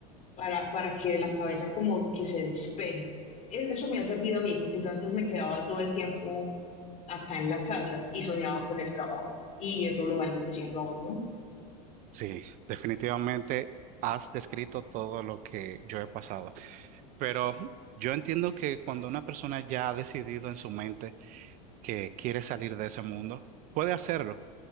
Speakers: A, on the left; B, on the right.
A: para, para que la cabeza como que se despeje. Es- eso me ha servido a mí, porque yo antes me quedaba todo el tiempo acá en la casa y soñaba con el trabajo, y eso lo va enloqueciendo a uno.
B: Sí, definitivamente has descrito todo lo que yo he pasado. Pero yo entiendo que cuando una persona ya ha decidido en su mente que quiere salir de ese mundo, puede hacerlo.